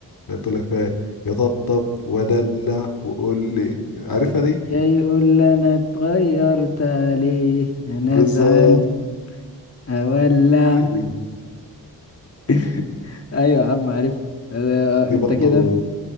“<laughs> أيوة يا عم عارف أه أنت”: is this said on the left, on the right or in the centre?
Left